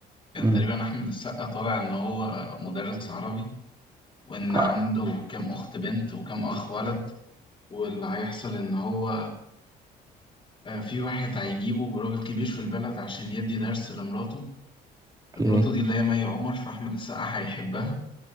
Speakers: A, on the left; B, on the right.
A: كان
B: مم.
A: تقريبا أحمد السقا طالع إن هو مدرس عربي وإن
B: آه،
A: عنده كام أخت بنت وكام أخ ولد واللي هيحصل إن هو آه، في واحد هيجيبه راجل كبير في البلد عشان يدي درس لمراته مراته
B: اوكي
A: دي اللي هي مي عمر فأحمد السقا هيحبها